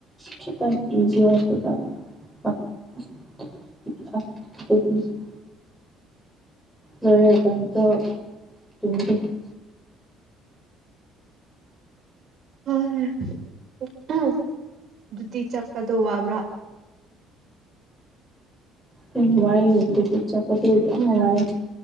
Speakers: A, in the centre; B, on the right.
A: ꯈꯤꯇꯪ ꯏꯒꯦ ꯑꯗꯨꯒ ꯍꯥꯏꯗ <unintelligible> ꯔꯦ ꯍꯥꯏꯀ ꯆ ꯊꯗꯤ <unintelligible>
B: ꯃꯥꯅꯤ ꯑꯗꯨ ꯑꯗꯨꯗꯤ ꯆꯠꯄꯗꯣ ꯋꯥꯕ꯭ꯔꯥ
A: ꯋꯥꯝ ꯋꯥꯏꯌꯦ ꯑꯗꯨꯒꯤ ꯆꯠ ꯑꯗꯨ ꯆꯞꯃꯥꯟꯅꯔꯅꯤ
B: ꯎꯝ